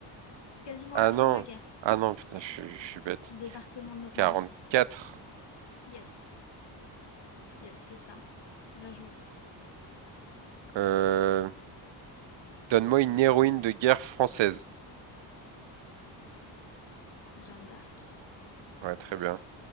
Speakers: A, on the left (about 60°); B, on the right (about 65°).
A: quasiment
B: Ah
A: à la fin
B: non!
A: de la guerre.
B: Ah non, putain, je, suis je suis bête.
A: Débarquement de Normandie.
B: 44.
A: Yes, yes, c'est ça. Bien joué.
B: Euh, Donne-moi une héroïne de guerre française.
A: Jeanne d'Arc.
B: Ouais, très bien.